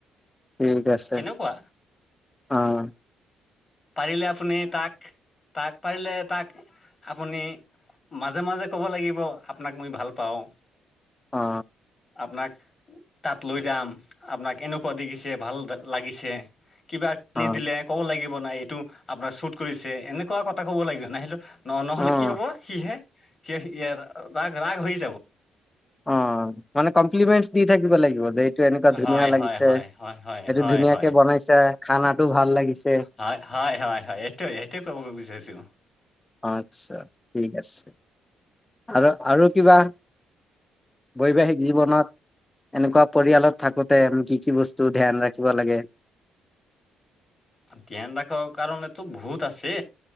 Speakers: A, on the left; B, on the left.
A: ঠিক আছে
B: এনেকুৱা
A: অঁ
B: পাৰিলে আপুনি তাক তাক পাৰিলে তাক আপুনি মাজে মাজে ক'ব লাগিব আপোনাক মই ভাল পাওঁ।
A: অ
B: আপোনাক তাত লৈ যাম আপোনাক এনেকুৱা দেখিছে ভাল লাগিছে কিবা।
A: অ',
B: নি দিলে ক'ব লাগিব নাই এইটো আপোনাৰ শ্বুট কৰিছে এনেকুৱা কথা ক'ব লাগিব নাহিলো। ন নহলে
A: অ',
B: কি হব সিহে সি সে ৰা ৰাগ হৈ যাব।
A: অ মানে কমপ্লিমেণ্ট দি থাকিব লাগিব দেই টো এনেকুৱা ধুনীয়া
B: হয়
A: লাগিছে
B: হয় হয় হয় হয়
A: সেইটো
B: হয়
A: ধুনীয়াকে
B: হয়
A: বনাইছে খানাতো ভাল লাগিছে।
B: হয় হয় হয় হয় এইটোৱে সেইটোৱে কবো বিচাৰিছোঁ।
A: আচ্ছা ঠিক আছে আৰু আৰু কিবা বৈবাহিক জীৱনত এনেকুৱা পৰিয়ালত। থাকোতে আমি কি কি বস্তু ধ্যান ৰাখিব লাগে।
B: ধ্যান ৰাখাৰ কাৰণেতো বহুত আছে